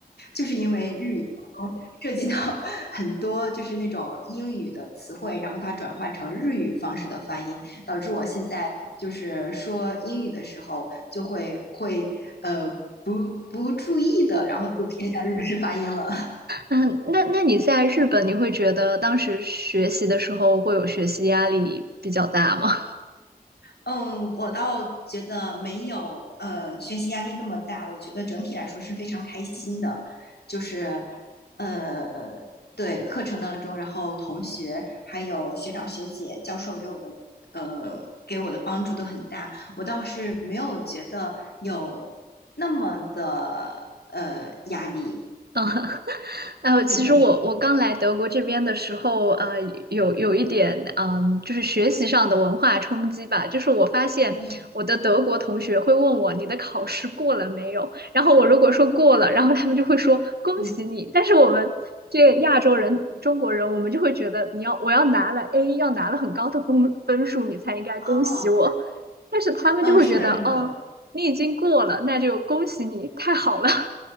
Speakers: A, on the left; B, on the right.
A: 就是因为日语当中 <laughs> 涉及到 <laughs> 很多就是那种英语的词汇，然后它转换成日语方式的发音，导致我现在就是说英语的时候就会会呃不不注意的，然后就偏向日式发音了。
B: 嗯，那那你在日本，你会觉得当时学习的时候会有学习压力比较大吗？
A: 嗯，我倒觉得没有呃学习压力那么大，我觉得整体来说是非常开心的，就是呃对课程当中，然后同学还有学长学姐、教授给我的呃给我的帮助都很大，我倒是没有觉得有那么的呃压力。
B: 嗯，<laughs> 哎呦，其实我我刚来德国这边的时候，
A: 是的，是的
B: 呃，有有一点，嗯，就是学习上的文化冲击吧。就是我发现我的德国同学会问我你的考试过了没有，
A: 嗯
B: 然后我如果说过了，然后他们就会说恭喜你。
A: 嗯，
B: 但是我们这个亚洲人、中国人，我们就会觉得你要我要拿了 A，要拿了很高的分分数，你才应该恭喜我。
A: 哦，
B: 但是他们就会觉得，
A: 嗯，是的，是的。
B: 哦，你已经过了，那就恭喜你，太好了。